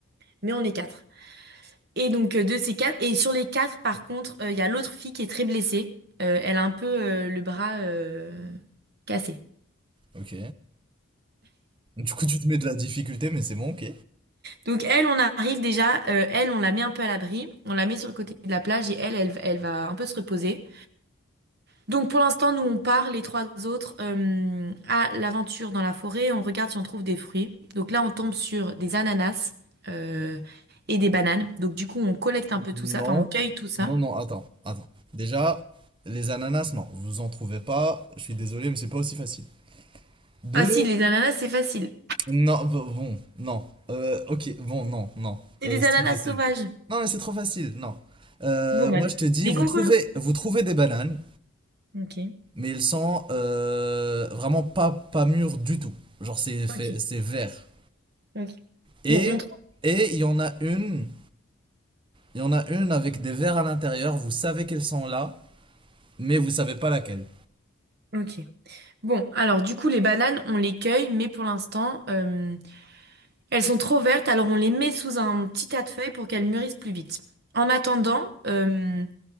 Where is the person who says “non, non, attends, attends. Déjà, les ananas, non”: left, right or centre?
Right